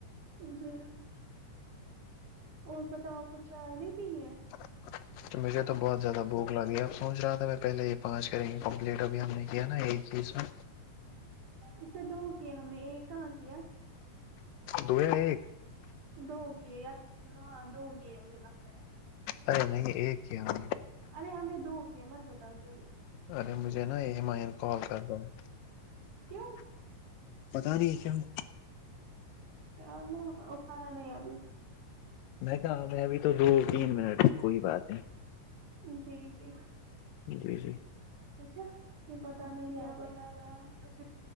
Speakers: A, on the right; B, on the left.
A: جی اور بتاؤ کچھ چائے نہیں پینی ہے
B: <unintelligible> تو مجھے تو بہت زیادہ بھوک لگی اب سوچ رہا تھا میں پہلے یہ پانچ کریں گی کمپلیٹ ابھی ہم نے کیا نا ایک ہی اس میں
A: اس میں دو کیا ہم نے ایک کہاں کیا
B: دو یا ایک
A: دو کیے ہے یا ہاں دو ہو کی ہے مجھے لگتا ہے
B: ارے نہیں ایک کیا ہم
A: ارے ہم نے دو کیا مت بتاؤ جھوٹ
B: ارے مجھے نا ہیمئین کال کر دو ہے
A: کیوں
B: بتا نہیں ہے کیاوں
A: چل تو اٹھانا نہیں ابھی
B: میں کہاں ہے ابھی تو دو تین منٹ کوئی بات نہیں
A: جی جی
B: جی جی
A: اوھا یہ پتا نہیں کیا بتا رہا ہے وش